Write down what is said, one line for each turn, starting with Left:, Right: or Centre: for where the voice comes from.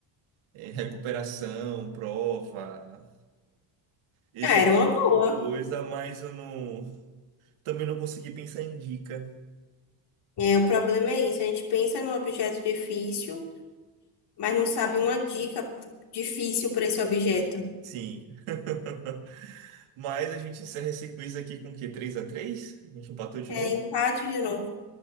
Right: é, recuperação, prova, esse
Left: Ah, era
Right: tipo
Left: uma boa.
Right: de coisa, mas eu não, também não consegui pensar em dica.
Left: É, o problema é isso. A gente pensa num objeto difícil, mas não sabe uma dica difícil para esse objeto.
Right: Sim. <laughs> Mas a gente encerra esse quiz aqui com o quê? 3x3? A três? A gente empatou de
Left: É
Right: novo?
Left: empate de novo.